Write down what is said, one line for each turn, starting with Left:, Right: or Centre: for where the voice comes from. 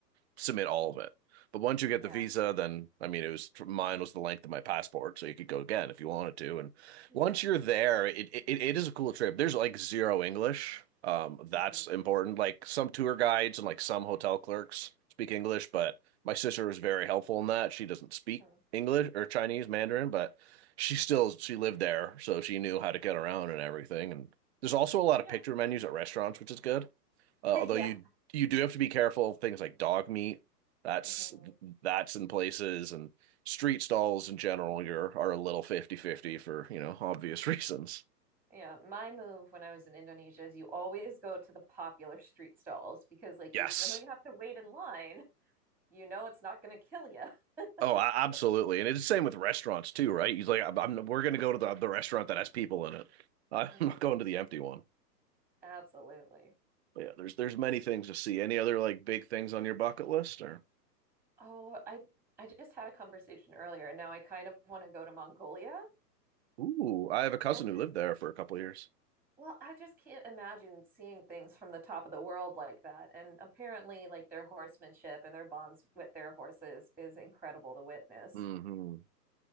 Right: submit all of it. But once you
Centre: Mhm.
Right: get
Centre: Yeah.
Right: the visa, then I mean, it was mine was the length of my passport, so you could go again if you wanted to. And
Centre: Yeah.
Right: once you're there, it it, it is a cool trip. There's like zero English. Um, that's
Centre: hmm
Right: important. Like some tour guides and like some hotel clerks speak English, but my sister was very helpful in that. She doesn't speak
Centre: hmm
Right: English or Chinese Mandarin, but she still she lived there, so she knew how to get around and everything. And there's also a lot of
Centre: Yeah.
Right: picture menus at restaurants, which is good. Uh,
Centre: <laughs>
Right: although
Centre: Yeah.
Right: you you do have to be careful of things like dog meat. That's
Centre: Mhm.
Right: that's in places and street stalls in general you're are a little fifty fifty for, you know, obvious <laughs> reasons.
Centre: Yeah, my move when I was in Indonesia is you always go to the popular street stalls because, like,
Right: Yes.
Centre: even though you have to wait in line, you know it's not going to kill you. <laughs>
Right: Oh, a- absolutely. And it's the same with restaurants too, right? He's like, I'm, I'm- we're going to go to the, the restaurant that has people in it. <laughs> I'm
Centre: hmm
Right: not going to the empty one.
Centre: Absolutely.
Right: But yeah, there's there's many things to see. Any other like big things on your bucket list or?
Centre: Oh, I I just had a conversation earlier. Now I kind of want to go to Mongolia.
Right: Ooh, I have a cousin
Centre: I just,
Right: who lived there for a couple of years.
Centre: well, I just can't imagine seeing things from the top of the world like that. And apparently, like their horsemanship and their bonds with their horses is incredible to witness.
Right: hmm